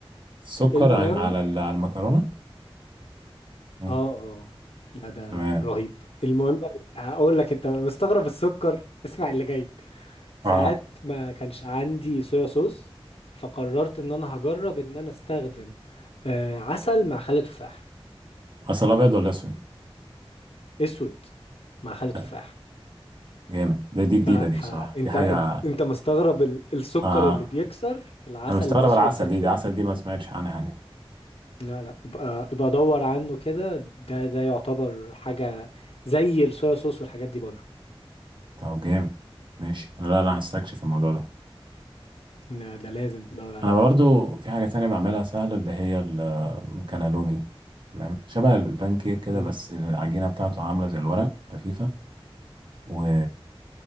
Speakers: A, on the right (about 55°); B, on the left (about 75°).
A: سكر
B: المهم
A: ع- على ال- على المكرونه مم.
B: اه اه لا ده
A: تمام
B: رهيب المهم هقول لك انت مستغرب السكر اسمع اللي جاي ساعات
A: اه
B: ما كانش عندي صويا صوص فقررت ان انا هجرب ان انا استخدم آه، عسل مع خل تفاح
A: اصل ابيض ولا اسود
B: اسود مع خل
A: لا
B: تفاح
A: جامد ده دي جديده
B: ف... فانت
A: دي بصراحه دي حاجه
B: انت انت مستغرب ال- السكر
A: اه
B: اللي بيكسر العسل
A: انا مستغرب
B: الاسود
A: العسل
B: ده تحطه
A: دي دي عسل دي ما سمعتش عنها يعني
B: لا لا ابقى ابقى دور عنه كده ده ده يعتبر حاجة زي الصويا صوص والحاجات دي بره
A: طب جامد ماشي لا لا هستكشف الموضوع ده
B: لا ده لازم تدور عليه
A: انا برضو في حاجه تانية بعملها سهله اللي هي الكانالوني تمام شبه البانكيك كده
B: امم
A: بس العجينه بتاعته عامله زي الورق خفيفه و